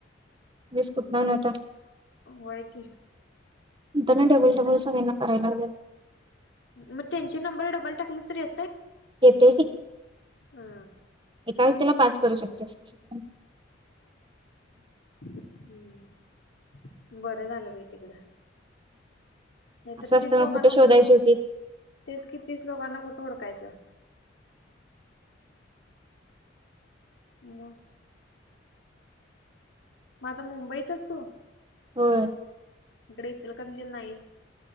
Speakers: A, on the right (about 25°); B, on the left (about 70°).
A: वीस कुठण आणू आता?
B: होय की
A: त्यां ना डबल डबल सगळ्यांना करायला लागलो
B: मग त्यांची नंबर डबल टाकली तरी येते?
A: येतेय की
B: हा
A: एका व्यक्तिला पाच करू शकतेस हा
B: ह हा बरं झालं बाई तिकडं. नाहीतर
A: असं असताना
B: तीस लोकांना
A: कुठे शोधायची
B: कुठं
A: होती?
B: तेच कि तीस लोकांना कुठे हुडकायच मग मग आता मुंबईत असतो
A: होय
B: इकडे इचलकरंजीला नाहीस